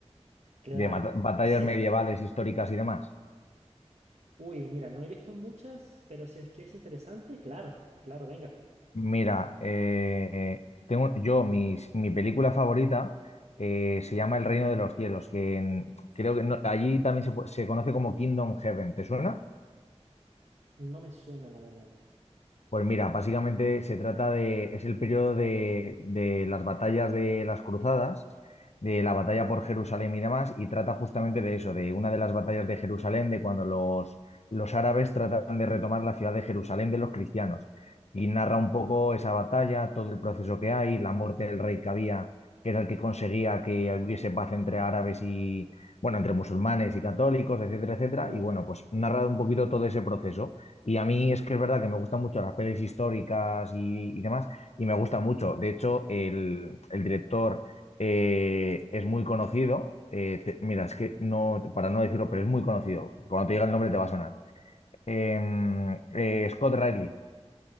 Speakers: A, on the right; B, on the left.
A: Claro,
B: De mata- batallas
A: sí.
B: medievales, históricas y demás.
A: Uy, mira, no he visto muchas, pero si es que es interesante, claro, claro, venga.
B: Mira, eh, tengo yo, mis- mi, película favorita eh, se llama El Reino de los Cielos, que en- creo que no- allí también se, pu- se conoce como Kingdom Heaven. ¿Te suena?
A: No me suena, la verdad.
B: Pues mira, básicamente se trata de, es el periodo de, de las batallas de las cruzadas, de la batalla por Jerusalén y demás, y trata justamente de eso, de una de las batallas de Jerusalén, de cuando los, los árabes tratan de retomar la ciudad de Jerusalén de los cristianos. Y narra un poco esa batalla, todo el proceso que hay, la muerte del rey que había, que era el que conseguía que hubiese paz entre árabes y, bueno, entre musulmanes y católicos, etcétera, etcétera.
A: Claro,
B: Y bueno, pues narra un poquito todo ese proceso. Y a mí es que es verdad que me gustan mucho las pelis históricas y, y demás, y me gusta mucho. De hecho, el, el director eh, es muy conocido. Eh, te- mira, es que no, para no decirlo, pero es muy conocido. Cuando te diga el nombre te va a sonar. Em, eh, Scott Riley.